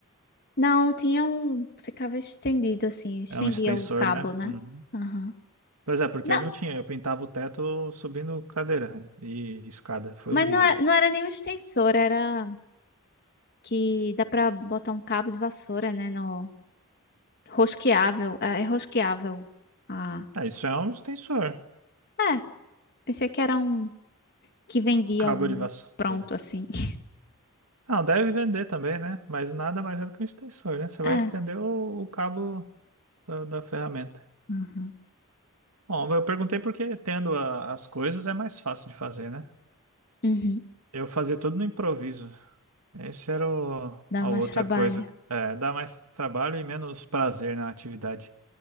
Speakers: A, on the left (about 45°); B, on the right (about 80°).
A: Não, tinha um. Ficava estendido assim, estendia
B: É um extensor,
A: o cabo,
B: né?
A: né?
B: Uhum.
A: Aham.
B: Pois é, porque
A: Não,
B: eu não tinha. Eu pintava o teto subindo cadeira e escada. Foi
A: mas
B: horrível.
A: não era, não era nenhum extensor, era que dá pra botar um cabo de vassoura, né? No rosqueável. É, é rosqueável. Ah,
B: Ah, isso é um extensor.
A: é. Pensei que era um que vendia
B: Cabo
A: um
B: de vassoura.
A: pronto assim. <laughs>
B: Ah, deve vender também, né? Mas nada mais é do que um extensor, né? Você
A: É.
B: vai estender o, o cabo da, da ferramenta.
A: Uhum.
B: Bom, eu perguntei porque tendo a- as coisas é mais fácil de fazer, né?
A: Uhum.
B: Eu fazia tudo no improviso. Esse era o-
A: Dá
B: a
A: mais
B: outra
A: Cansa trabalho.
B: coisa.
A: né?
B: que- É, dá mais trabalho e menos prazer na atividade.